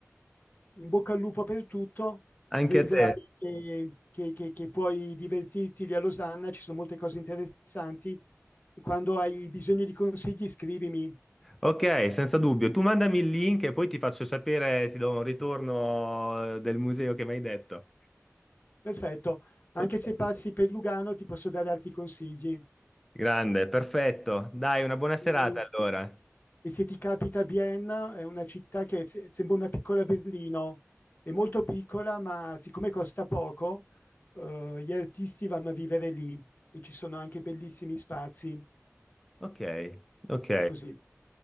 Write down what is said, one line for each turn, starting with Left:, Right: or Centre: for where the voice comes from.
Left: in bocca al lupo per tutto.
Centre: anche
Left: Vedrai
Centre: a te.
Left: che, che- che- che puoi divertirti lì a Losanna, ci sono molte cose interessanti. E quando hai bisogno di consigli, scrivimi.
Centre: Ok, senza dubbio. Tu mandami il link e poi ti faccio sapere, ti do un ritorno eh, del museo che mi hai detto.
Left: Perfetto. Anche
Centre: Ok,
Left: se passi per Lugano, ti posso dare altri consigli.
Centre: grande, perfetto. Dai, una buona serata
Left: Mm.
Centre: allora.
Left: e se ti capita Bienne è una città che se- sembra una piccola Berlino, è molto piccola, ma siccome costa poco, eh, gli artisti vanno a vivere lì e ci sono anche bellissimi spazi.
Centre: Ok, ok.
Left: Così.